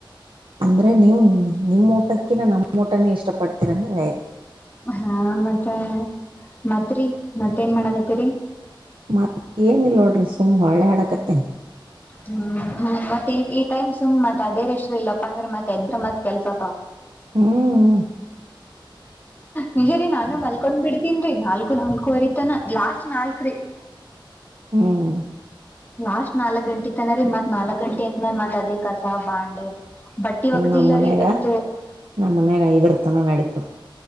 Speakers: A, on the right (about 75°); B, on the left (about 20°).
A: ಅಂದ್ರೆ ನೀವು ನಿಮ್ ಊಟದ್ಕಿನ ನಮ್ಮ್ ಊಟನೇ ಇಷ್ಟ ಪಡ್ತೀರಂದಂಗ ಆಯ್ತು
B: ಹಾ ಮತ್ತೆ ಮತ್ರಿ ಮತ್ತೇನ್ ಮಾಡಗತ್ತೇರಿ
A: ಮತ್ತ ಏನಲ್ ನೋಡ್ರಿ ಸುಮ ಒಳ್ಳೆ ಆಡಕತ್ತೇನ್
B: ಹ್ಮ್ ಹ್ಮ್ ಮತ್ತ ಈ ಈ ಟೈಮ್ ಸುಮ್ ಮತ್ ಅದೇರ್ ಇಷ್ಟ್ರ ಇಲ್ಲಪ್ಪಾ ಅಂದ್ರ ಮತ್ ಎದ್ರ ಮತ್ ಕೆಲ್ಸತ್ತ
A: ಹ್ಮ್ ಹ್ಮ
B: ನಿಜ ರೀ ನಾನು ಮಲ್ಕೊಂಡ್ ಬಿಡ್ತೀನ್ ರೀ ನಾಲ್ಕು ನಾಲ್ಕೂವರೆತಾನ ಲಾಸ್ಟ್ ನಾಲ್ಕ ರೀ
A: ಹ್ಮ್
B: ಲಾಸ್ಟ್ ನಾಲ್ಕ್ ಗಂಟೆ ಇತ್ತನರರಿ ಮತ್ ನಾಲ್ಕ್ ಗಂಟೆ ಆಐತ್ ಮರಿ ಮತ್ ಅದೇ ಕಸ ಬಂಡ್ಲಿ ಬಟ್ಟಿ ಒಗಲೀಲ್ಲರಿ
A: ನಮ್ ಮನ್ಯಾಗ
B: ಇವತ್ತು
A: ನಮ್ ಮನ್ಯಾಗ ಐದರ್ತನ ನಡೀತು